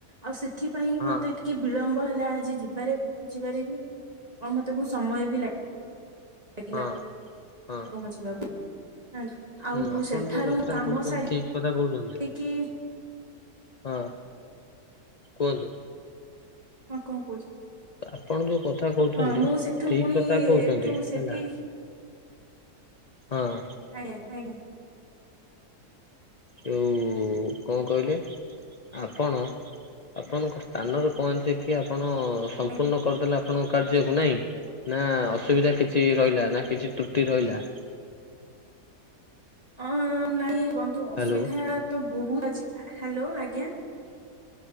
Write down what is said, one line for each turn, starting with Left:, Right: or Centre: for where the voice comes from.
Right: ଆଉ ସେଥି ପାଇଁ
Left: ହଁ
Right: ମୋତେ ଟିକେ ବିଳମ୍ବ ହେଲା ଆଜି ଯିବାରେ ପହଞ୍ଚିବାରେ ବି ଆଉ ମତେ ବହୁ ତୁ ସମୟ ବି ଲାଗି ନେଇକିନା
Left: ହଁ ହଁ
Right: ପହଁଚି ବାକୁ
Left: ହୁଁ
Right: ଆଉ
Left: ଆପଣ
Right: ସେଠାରୁ
Left: ଯୋଉ କଥାଟା
Right: କାମ
Left: କହୁଛନ୍ତି
Right: ସାରି
Left: ଠିକ କଥା କହୁଛନ୍ତି।
Right: କି।
Left: ହଁ କୁହନ୍ତୁ।
Right: ହଁ କଣ କହୁଛ
Left: ଆପଣ ଯୋଉ କଥା କହୁଛନ୍ତି
Right: ହଁ ମୁଁ ସେଠୁ
Left: ଠିକ
Right: ପୁଣି
Left: କଥା କହୁଛନ୍ତି
Right: ଏଠୁ ସେଠି
Left: ହେଲା ହଁ।
Right: ଆଜ୍ଞା ଆଜ୍ଞା
Left: ଯଉ କଣ କହିଲେ? ଆପଣ ଆପଣଙ୍କ ସ୍ଥାନରେ ପହଞ୍ଚିକି ଆପଣ ସମ୍ପୂର୍ଣ
Right: ଆଜ୍ଞା
Left: କରିଦେଲା ଆପଣଙ୍କ କାର୍ଯ୍ୟକୁ ନାଇଁ ନା ଅସୁବିଧା କିଛି ରହିଲା ନା କିଛି ତ୍ରୁଟି ରହିଲା?
Right: ଅଂ ନାଇଁ ବନ୍ଧୁ ଅସୁବିଧା
Left: ହ୍ୟାଲୋ
Right: ତ ବହୁତ ଆଜି ହାଲୋ ଆଜ୍ଞା